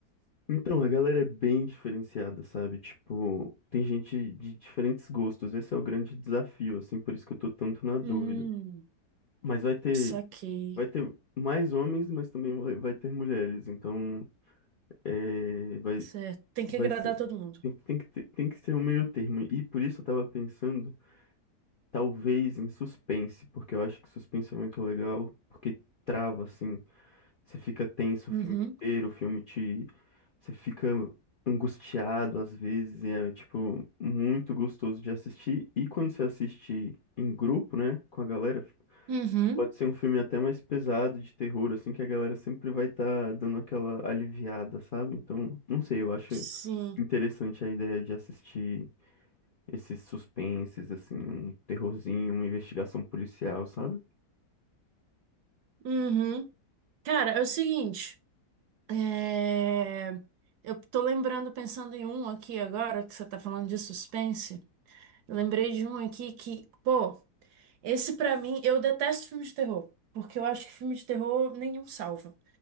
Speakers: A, on the left; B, on the right.
A: Então, a galera é bem diferenciada, sabe? Tipo, tem gente de diferentes gostos. Esse é o grande desafio, assim, por isso que eu tô tanto na dúvida.
B: Hum,
A: Mas vai ter,
B: saquei.
A: vai ter mais homens, mas também vai vai ter mulheres. Então, É, vai,
B: Certo. Tem
A: vai
B: que agradar
A: ser.
B: todo mundo.
A: Tem, que- tem que ter, tem que ser um meio termo. E por isso eu tava pensando, talvez, em suspense, porque eu acho que suspense é muito legal, porque trava, assim. Você fica tenso
B: Uhum.
A: o filme inteiro, o filme te. Você fica angustiado às vezes, e é, tipo, muito gostoso de assistir. E quando você assiste em grupo, né, com a galera,
B: Uhum.
A: Pode ser um filme até mais pesado de terror, assim, que a galera sempre vai estar dando aquela aliviada, sabe? Então, não sei, eu acho
B: Sim.
A: interessante a ideia de assistir esses suspenses, assim, um terrorzinho, uma investigação policial, sabe?
B: Uhum. Cara, é o seguinte. é, Eu tô lembrando, pensando em um aqui agora, que você tá falando de suspense. Eu lembrei de um aqui que, pô, esse pra mim, eu detesto filme de terror. Porque eu acho que filme de terror nenhum salva.